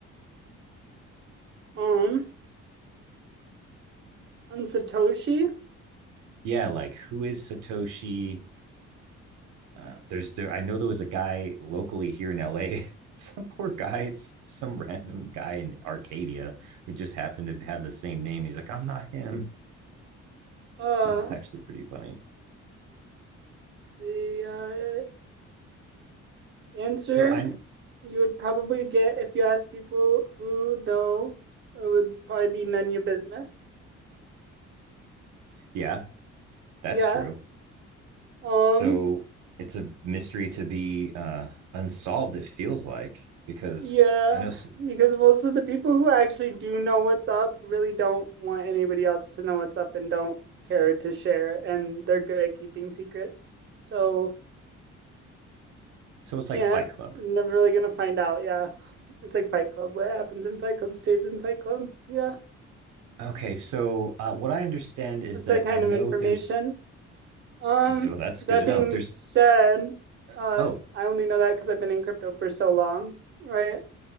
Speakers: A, on the right; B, on the right.
A: Um, on Satoshi,
B: Yeah, like who is Satoshi? Uh, there's there. I know there was a guy locally here in LA. <laughs> some poor guy, some random guy in Arcadia who just happened to have the same name. He's like, I'm not him. <laughs>
A: uh,
B: That was actually pretty funny.
A: the uh, answer
B: So I,
A: you would probably get if you asked people who know, it would probably be none of your business.
B: <laughs> yeah, that's
A: Yeah.
B: true.
A: Um,
B: So it's a mystery to be uh, unsolved. It feels like because
A: Yeah,
B: I know. So,
A: because most of the people who actually do know what's up really don't want anybody else to know what's up and don't care to share, and they're good at keeping secrets. So
B: so it's like
A: can't,
B: Fight Club
A: never really gonna find out. Yeah, it's like Fight Club. What happens in Fight Club stays in Fight Club. Yeah,
B: Okay, so uh, what I understand is
A: that's
B: that
A: that kind
B: I know
A: of information.
B: there's.
A: Um,
B: Well, that's good
A: that
B: to know.
A: being
B: There's.
A: said,
B: uh,
A: uh,
B: Oh
A: I only know that because I've been in crypto for so long, right?